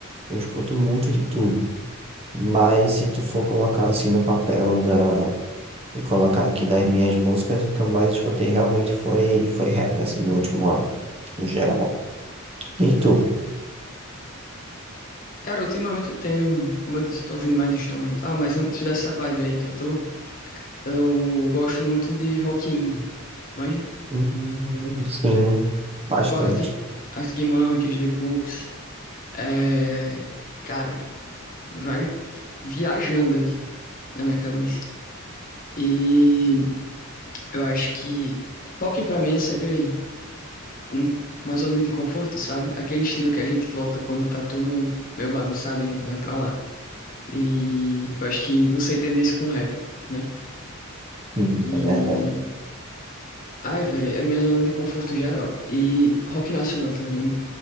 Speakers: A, on the right (about 30°); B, on the left (about 40°).
A: Eu escuto muito de tudo. Mas se tu for colocar assim no papel da. E colocar aqui das minhas músicas, o que eu mais escutei realmente foi, foi rap, assim, no último ano, no geral. E tu?
B: Cara, ultimamente eu tenho, como eu disse, eu tô ouvindo mais instrumental, mas antes dessa vibe aí que eu tô, eu gosto muito de rock indie. Manja?
A: Hum, Sim, bastante.
B: Tipo Arctic, Arctic Monkeys, The Cooks. É... Cara, vai viajando aqui na minha cabeça. E eu acho que rock pra mim é sempre um- uma zona de conforto, sabe? Aquele estilo que a gente volta quando tá tudo meio bagunçado, a gente vai pra lá. E eu acho que você entende isso com rap. né?
A: Hum,
B: E.
A: é verdade.
B: Ai, velho, é minha zona de conforto geral. E rock nacional também.